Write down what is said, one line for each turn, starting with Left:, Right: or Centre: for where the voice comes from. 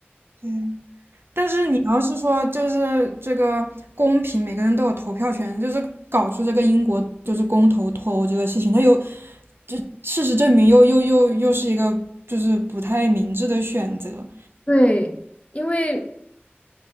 Right: 对，但是你要是说就是这个公平，每个人都有投票权，就是搞出这个英国就是公投脱欧这个事情，它有这事实证明又又又又是一个就是不太明智的选择。
Left: 对，因为